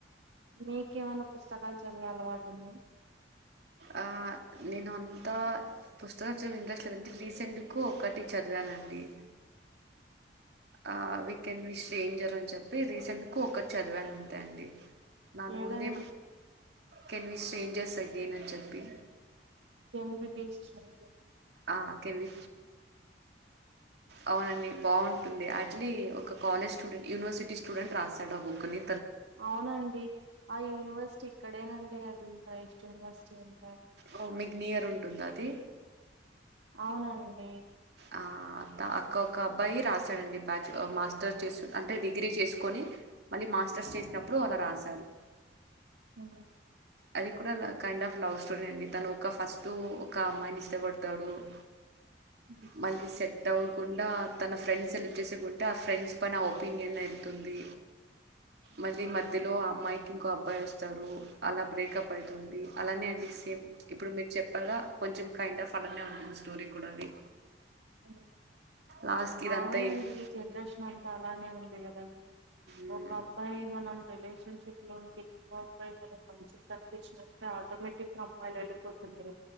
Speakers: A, on the right (about 80°); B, on the right (about 60°).
A: మీకేమైనా పుస్తకాలు చదివే అలవాటుందా
B: ఆ నేను అంతా పుస్తకాలు చదివే ఇంట్రెస్ట్ లేదండి రీసెంట్ కు ఒకటి చదివాను అండి ఆ వికెన్ విష్ స్ట్రెంజర్ అని చెప్పి రీసెంట్ కు ఒక్కటి చదివాను అంతే అండి దాని
A: లేదండి
B: ముందే కెన్ వి స్ట్రేంజర్స్ అగైన్ అని చెప్పి
A: కెన్ వి బి స్ట్రేంజర్
B: ఆ కెన్ వి అవునండి బాగుంటుంది ఆ లి ఒక కాలేజ్ స్టూండెట్ యూనివర్సిటీ స్టూడెంట్ రాసాడు ఆ బుక్ ని
A: అవునండి ఆ యూనివర్సిటీ ఇక్కడేనండి అది గ్రైస్ యూనివర్సిటీ అంటారు
B: ఓ మీకు నియర్ ఉంటుంద అది
A: అవునండి
B: ఆ తా కోక అబ్బాయి రాసాడండి బ్యాచ్ మాస్టర్స్ చేస్ అంటే డిగ్రీ చేసుకొని మళ్ళీ మా మాస్టర్స్ చేసినప్పుడు అలా రాసాడు
A: మ్మ్
B: అది కూడా కైండ్ ఆఫ్ లవ్ స్టోరీ అండి తను ఒక ఫస్ట్ ఒక అమ్మాయిని ఇష్టపడతాడు అ <inaudible>
A: మ్మ్
B: మళ్ళీ సెట్ అవ్వకుండా తన ఫ్రెండ్స్ సెలెక్ట్ చేసేకుంటే ఆ ఫ్రెండ్స్ పైన ఒపీనియన్ వెళ్తుంది
A: ఉమ్,
B: మళ్ళీ మధ్యలో ఆ మ్మాయికి ఇంకో అబ్బాయి వస్తారు అలా బ్రేకప్ అయితుంది అలానే అండి సేమ్ ఇప్పుడు మీరు చెప్పాగా గ కొంచం కైండ్ ఆఫ్ అలానే ఉంటుంది స్టోరి కూడా అది
A: మ్మ్
B: లాస్ట్ కి ఇదంతా
A: అవునండి
B: ఏమి
A: జనరేషన్ అంతా అలానే ఉంది గదండి
B: మ్మ్
A: ఒక అబ్బాయి మనం రిలేషన్ షిప్ లో ఉండి ఇంగో అబ్బాయి మనకి మంచిగా కనిపించినంత ఆటోమేటిక్ <unintelligible> అమ్మాయిలు వెళ్ళిపోతున్నరు